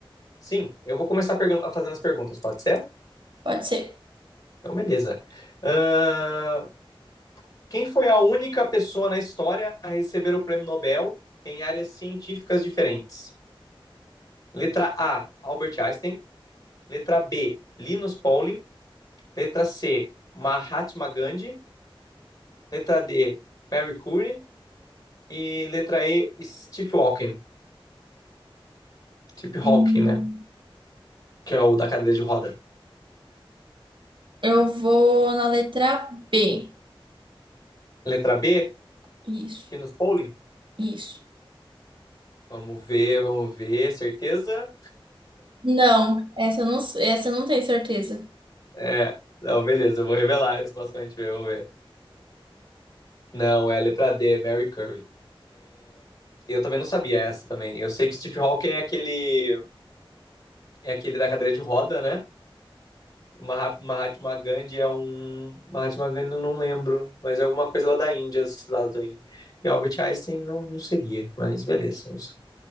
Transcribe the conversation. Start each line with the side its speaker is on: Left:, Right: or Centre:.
Left: Sim, eu vou começar pergun- fazendo as perguntas, pode ser?
Right: Pode ser.
Left: Então, beleza. Ah, quem foi a única pessoa na história a receber o prêmio Nobel em áreas científicas diferentes? Letra A, Albert Einstein. Letra B, Linus Pauling. Letra C, Mahatma Gandhi. letra D, Mary Curie, e letra E, Steve Hawking, Steve Hawking,
Right: Hum,
Left: né? Que é o da cadeira de roda.
Right: Eu vou na letra B.
Left: Letra B,
Right: Isso,
Left: Linus Pauling.
Right: isso.
Left: Vamos ver, vamos ver, certeza?
Right: Não, essa eu não, essa eu não tenho certeza.
Left: É, não, beleza, eu vou revelar a resposta pra gente ver, vamos ver. Não, é a letra D, Mary Curie. Eu também não sabia essa também. Eu sei que Steve Hawking é aquele, é aquele da cadeira de roda, né? Maha- Mahatma Gandhi é um. Mahatma Gandhi eu não lembro, mas é alguma coisa lá da Índia, esse lado aí. E Albert Einstein não, não seria, mas beleza, não sei.